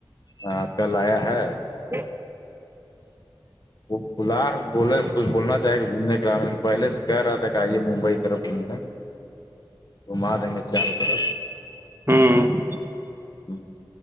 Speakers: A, on the left; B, on the right.
A: ہاں کل آیا ہے
B: ا <unintelligible>
A: وہ بلا رہ بولے کچھ بولنا چاہے کہ گھومنے کے پہلے سے کہہ رہا تھا کہئیے ممبئی طرف گھومنے گھما دیں گے چاروں طرف
B: ہوں
A: ہ